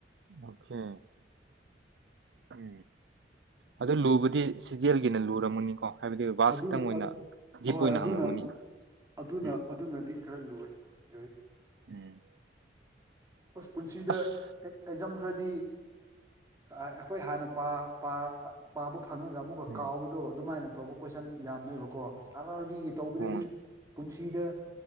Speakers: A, on the right (about 75°); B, on the right (about 20°).
A: ꯑꯣꯈꯦ ꯑꯪ ꯑꯗꯨ ꯂꯨꯕꯗꯤ ꯁꯤꯖꯦꯜꯒꯤꯅ ꯂꯨꯔꯝꯃꯅꯤꯀꯣ ꯍꯥꯏꯕꯗꯤ ꯚꯥꯁ
B: ꯑꯗꯨꯅ
A: ꯈꯤꯇꯪ ꯑꯣꯏꯅ
B: ꯑꯠ
A: ꯗꯤꯞ
B: ꯍꯣꯏ
A: ꯑꯣꯏꯅ
B: ꯑꯗꯨꯅ
A: ꯍꯪꯉꯝꯃꯅꯤ
B: ꯑꯗꯨꯅ
A: ꯎꯝ
B: ꯑꯗꯨꯅꯗꯤ ꯈꯔ ꯂꯨꯋꯦ ꯔꯨꯍꯤꯠ
A: ꯎꯝ
B: ꯑꯁ ꯄꯨꯟꯁꯤꯗ
A: ꯑꯁ
B: ꯑꯦꯛ ꯑꯦꯛꯖꯥꯝ ꯈꯔꯗꯤ ꯑꯥ ꯑꯩꯈꯣꯏ ꯍꯥꯟꯅ ꯄꯥ ꯄꯥ ꯑꯥ ꯄꯥꯕ ꯐꯪꯉꯒ ꯑꯃꯨꯛꯀ
A: ꯎꯝ
B: ꯀꯥꯎꯕꯗꯣ ꯑꯗꯨꯃꯥꯏꯅ ꯇꯧꯕ ꯀꯣꯏꯁꯟ ꯌꯥꯝꯃꯦꯕꯀꯣ ꯑꯔ ꯑꯥꯔꯕꯤꯒꯤ ꯇꯧꯕꯗꯗꯤ
A: ꯍꯣꯏ
B: ꯄꯨꯟꯁꯤꯗ